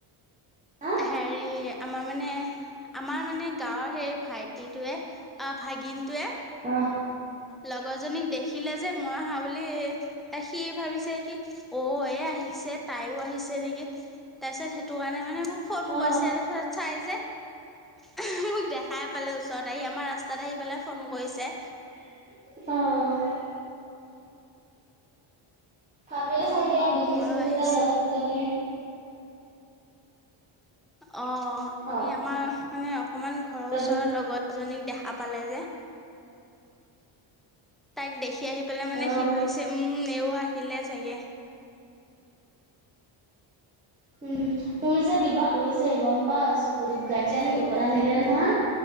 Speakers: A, on the right (about 15°); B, in the centre.
A: হা
B: হেৰি আমাৰ মানে- আমাৰ মানে গাঁৱৰ সেই ভাইটিটোৱে অঁ ভাগিনটোৱে-
A: অঁ -
B: লগৰজনীক দেখিলে যে মই আহা বুলি- সি ভাবিছে কি অঁ এয়া আহিছে তাইও আহিছে নেকি- তাৰিছত সেইটো কাৰণে মানে মোক- ফোন
A: অ
B: কৰিছে তাৰপিছত চাই যে মোক দেখাই পালে ওচৰত আহি আমাৰ ৰাস্তা- তাত আহি পেলাই ফোন কৰিছে-
A: অঁ! ভাবে
B: মই
A: চাগে
B: বোলো
A: দেখিছোঁ
B: অ ময়ো
A: যেতিয়া
B: আহিছো
A: লগৰ কেইজনীৰ -
B: অঁ ই
A: অ
B: আমাৰ মানে অকমান ঘৰৰ
A: লগো
B: ওচৰৰ লগত- এজনীক দেখা পালে যে তাইক দেখি আহি- পেলাই মানে
A: অ
B: কি ভাবিছে উমঁ এও আহিলে চাগে-
A: উমঁ মোৰ যে কিবা হৈছে গম পাও চকু দুটা ৰাতি আহি কুটা আহিলে নহয়-